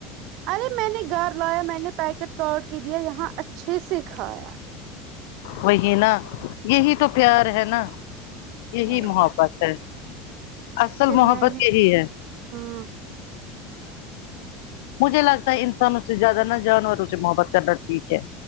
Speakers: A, on the right; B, on the left.
A: ارے میں نے گھر لایا میں نے پیکٹ کاٹ کی دیا یہاں اچھے سے کھایا
B: وہی نا یہی تو پیار ہے نا یہی
A: واللہ
B: محبت ہے اصل
A: پھر
B: محبت
A: میں نے
B: یہی ہے
A: ہاں
B: مجھے لگتا ہے انسانوں سے زیادہ نا جانوروں سے محبت کرنا ٹھیک ہے